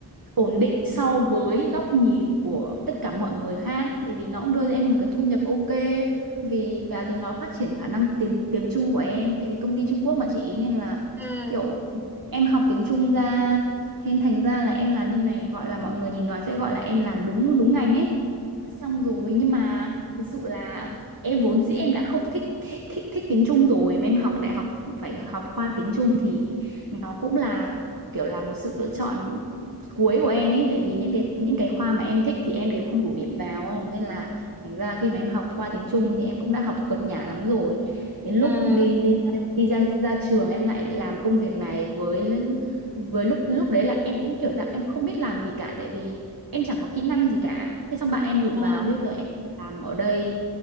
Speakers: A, on the right; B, in the centre.
A: Ổn định so với góc nhìn của tất cả mọi người khác tại vì nó cũng đưa cho em một cái thu nhập ok vì và thì nó phát triển khả năng tiếng tiếng Trung của em tại vì công ty Trung Quốc mà chị nên là
B: ừ
A: kiểu em học tiếng Trung ra thế nên thành ra là em làm như này gọi là mọi người nhìn nói sẽ gọi là em làm đúng đúng ngành ấy xong rồi nhưng mà thực sự là em vốn dĩ em đã không thích thích thích, thích tiếng Trung rồi mà em học đại học phải học khoa tiếng Trung thì nó cũng là kiểu là một sự lựa chọn cuối của em ấy tại vì những cái những cái khoa mà em thích thì em đều không đủ điểm vào không nên là thành ra khi mà em học khoa tiếng Trung thì em cũng đã học cợt nhả lắm rồi đến lúc
B: ừ
A: đi đi đi ra ra trường em lại làm công việc này với với lúc lúc đấy là em cũng kiểu dạng em không biết làm gì cả tại vì em chẳng có kỹ năng gì cả thế xong bạn em rủ
B: ừ
A: vào thế giờ em làm ở đây